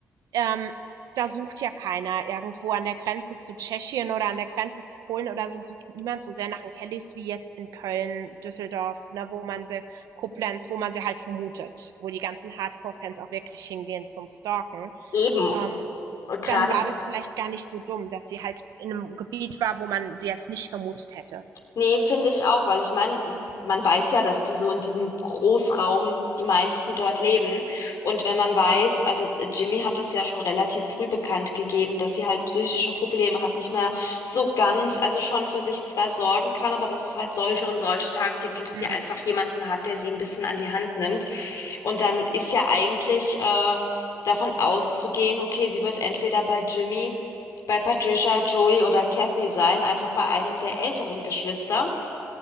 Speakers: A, on the right (about 80°); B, on the left (about 65°).
A: ähm, da sucht ja keiner irgendwo an der Grenze zu Tschechien oder an der Grenze zu Polen oder so, sucht niemand so sehr nach den Kellys wie jetzt in Köln, Düsseldorf, ne, wo man sie, Koblenz, wo man sie halt vermutet, wo die ganzen Hardcore-Fans auch wirklich hingehen zum Stalken.
B: Eben,
A: Ähm,
B: Und
A: dann
B: gerade
A: war das vielleicht gar nicht so dumm, dass sie halt in einem Gebiet war, wo man sie jetzt nicht vermutet hätte.
B: Nee, finde ich auch, weil ich meine, man weiß ja, dass die so in diesem Großraum die meisten dort leben. Und wenn man weiß, also äh, Jimmy hat das ja schon relativ früh bekannt gegeben, dass sie halt psychische Probleme hat, nicht mehr so ganz, also schon für sich zwar sorgen kann, aber dass es halt solche und solche Tage gibt und dass
A: Hm,
B: sie einfach jemanden hat, der sie ein bisschen an die Hand nimmt. Und dann ist ja eigentlich äh, davon auszugehen, okay, sie wird entweder bei Jimmy bei Patricia, Joey oder Kathy sein, einfach bei einem der älteren Geschwister.